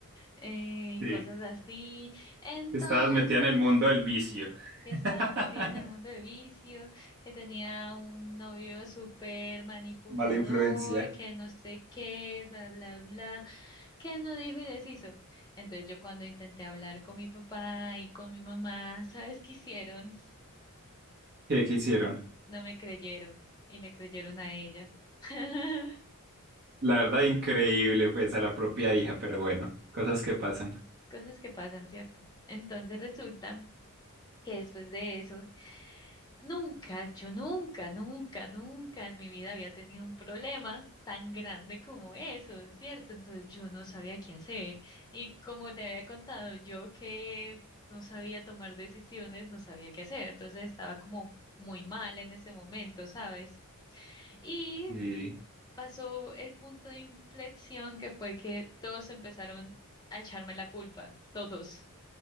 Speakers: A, on the left (about 20°); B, on the right (about 50°).
A: eh,
B: sí.
A: y cosas así. Entonces,
B: Estabas metida en el mundo del vicio.
A: que estaba
B: <laughs>
A: metida en el mundo de vicio, que tenía un novio súper manipulador,
B: Mala influencia.
A: que no sé qué, bla, bla, bla, que no dijo y deshizo. Entonces yo cuando intenté hablar con mi papá y con mi mamá, ¿sabes qué hicieron?
B: ¿Qué, qué hicieron?
A: No me creyeron y le creyeron a ella. <laughs>
B: La verdad, increíble, pues a la propia hija, pero bueno, cosas que pasan.
A: Cosas que pasan, ¿cierto? Entonces resulta que después de eso Nunca, yo nunca, nunca, nunca en mi vida había tenido un problema tan grande como eso, ¿cierto? Entonces yo no sabía qué hacer. Y como te había contado, yo que no sabía tomar decisiones, no sabía qué hacer. Entonces estaba como muy mal en ese momento, ¿sabes? Y
B: Y...
A: pasó el punto de inflexión que fue que todos empezaron a echarme la culpa, todos.